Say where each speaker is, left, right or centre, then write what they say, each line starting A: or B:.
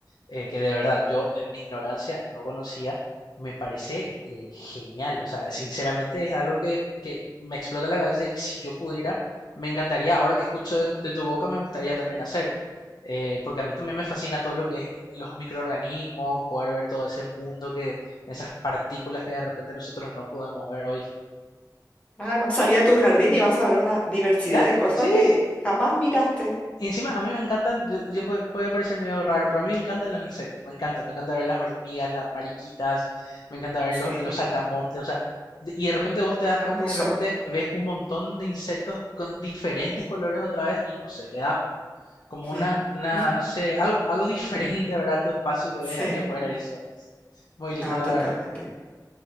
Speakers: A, on the left; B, on the left.
A: eh, que de verdad yo en mi ignorancia no conocía, me parece eh, genial, o sea, sinceramente es algo que, que me explota la cabeza y que si yo pudiera, me encantaría, ahora que escucho de, de tu boca, me gustaría también hacer, Eh, porque a mí también me fascina todo lo que es eh, los microorganismos, poder ver todo ese mundo que, esas partículas que de repente nosotros no podemos ver hoy.
B: Claro, salí a tu jardín y vas a ver una diversidad
A: Ah,
B: de cosas
A: sí,
B: que jamás miraste.
A: Encima, a mí me encantan, yo, yo puede, puede parecer medio raro, pero a mí me encantan los insectos, me encanta, me encanta ver las hormigas, las mariquitas, me encanta ver
B: Sí,
A: lo- los saltamontes, o sea, de- y de repente vos te das
B: hermoso.
A: cuenta y de repente ves un montón de insectos con diferentes colores otra vez y no sé, le da como una,
B: Mm.
A: una,
B: <laughs>
A: no sé, algo, algo diferente, ¿verdad? Tu espacio que
B: Sí,
A: ves ahí afuera, eso es muy lindo,
B: no,
A: la
B: totalmente.
A: verdad.